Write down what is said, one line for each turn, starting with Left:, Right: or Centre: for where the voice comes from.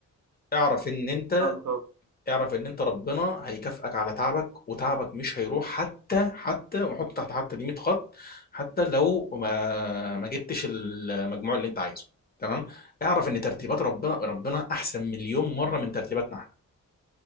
Left: اعرف ان انت
Right: آه إن شاء الله
Left: اعرف ان انت ربنا هيكافئك على تعبك وتعبك مش هيروح حتى حتى وحط تحت حتى دي 100 خط حتى لو ما ما جبتش المجموع اللي انت عايزه تمام اعرف ان ترتيبات ربنا ربنا احسن مليون مره من ترتيباتنا